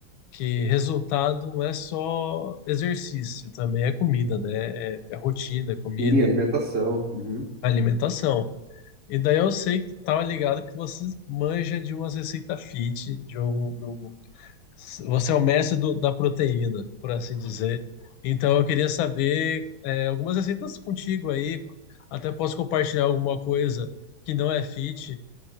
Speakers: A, on the left; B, on the right.
A: que resultado não é só exercício, também é comida, né? É, é rotina, é comida,
B: Sim, alimentação. Uhum.
A: alimentação. E daí eu sei que tava ligado que você manja de umas receitas fit, de um, de um- você é o mestre do- da proteína, por assim dizer. Então eu queria saber é, algumas receitas contigo aí, até posso compartilhar alguma coisa que não é fit,